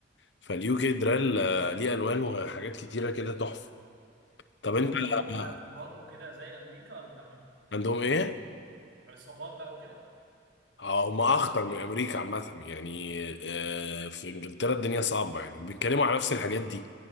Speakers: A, on the left; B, on the right.
A: فاليو كي درال آه، ليه الوان وحاجات كتيره كده تحفه طب
B: وعندهم
A: انت
B: بقى
A: آه،
B: عصابات وكده زي امريكا ولا لا
A: عندهم ايه
B: عصابات بقى وكده
A: آه، هم اخطر من امريكا عامه يعني آه، في انجلترا الدنيا صعبه يعني وبيتكلموا على نفس الحاجات دي